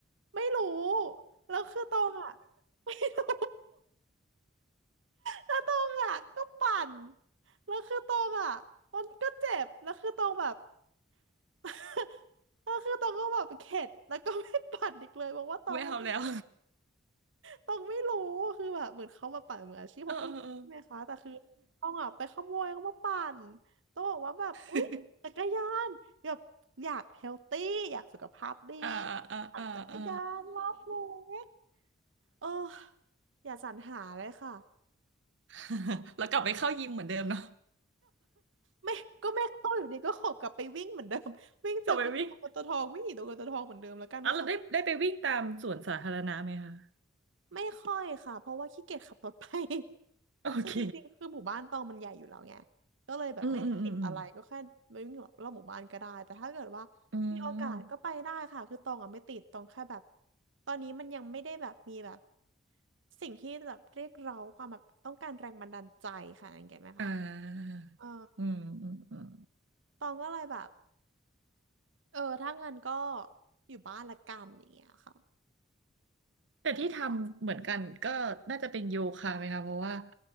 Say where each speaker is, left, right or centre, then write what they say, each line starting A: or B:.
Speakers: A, on the right; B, on the right.
A: ไม่รู้แล้วคือตองอ่ะ <laughs> ไม่รู้ แล้วตองอ่ะก็ปั่นแล้วคือตองอ่ะมันก็เจ็บแล้วคือตองแบบ <laughs> แล้วคือตองก็แบบเข็ดแล้วก็ไม่ปั่นอีกเลยเพราะว่าตองว่ามันเจ็บ
B: <laughs> ไม่เอาแล้ว
A: ตองไม่รู้คือแบบเหมือนเขามาปั่นเหมือนอาชีพผมก็รู้ใช่ไหมคะแต่คือต้องอ่ะไปขโมยเขามาปั่น
B: เออเออเออ
A: ต้องบอกว่าแบบอุ๊ยจักรยานแบบอยากเฮลตี้อยากสุขภาพดี
B: <laughs> อ่าอ่าอ่าอ่า
A: ปั่นจักรยานรอบเล็กเอออย่าสรรหาเลยค่ะ
B: <laughs> แล้วกลับไปเข้ายิมเหมือนเดิมเนาะ
A: ไม่ก็ไม่เข้าอยู่ดีก็ขบกลับไปวิ่งเหมือนเดิม <laughs> วิ่งเจอกตัวกตวทองวิ่งหนีตัวกตวทองเหมือนเดิมแล้วกันค่ะ
B: กลับไปวิ่งอ่ะเราได้ได้ไปวิ่งตามสวนสาธารณะไหมคะ
A: ไม่ค่อยค่ะเพราะว่าขี้เกียจขับรถไป <laughs>
B: โอเค
A: คือจริงๆคือหมู่บ้านตองมันใหญ่อยู่แล้วไงก็เลยแบบไม่ได้ติดอะไรก็แค่ไม่วิ่งรอบหมู่บ้านก็ได้แต่ถ้าเกิดว่า
B: อืมอืมอืมอืมอื
A: มีโอกาสก็ไปได้ค่ะคือตองอ่ะไม่ติดตองแค่แบบ
B: ม
A: ตอนนี้มันยังไม่ได้แบบมีแบบสิ่งที่แบบเรียกเราความแบบต้องการแรงบันดาลใจค่ะเห็นไหมคะ
B: อ่า
A: เออ
B: อืมอืมอืม
A: ตองก็เลยแบบ เออถ้างั้นก็อยู่บ้านละกันอย่างเงี้ยค่ะ
B: แต่ที่ทำเหมือนกันก็น่าจะเป็นโยคะไหมคะเพราะว่า